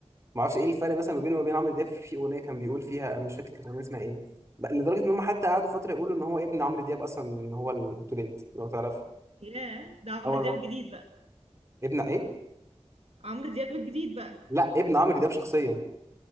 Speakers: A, on the right; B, on the right.
A: ما اعرفش ايه الفرق مثلا ما بينه وما بين عمرو دياب في اغنيه كان بيقول فيها انا مش فاكر كانت الاغنيه اسمها ايه بق- لدرجه ان هم حتى قعدوا فتره يقولوا ان هو ابن عمرو دياب اصلا إن هو الاوتوليت لو تعرف
B: ياه ده عمرو
A: اه والله
B: دياب الجديد بقى
A: ابن ايه
B: عمرو دياب الجديد بقى
A: لا ابن عمرو دياب شخصيا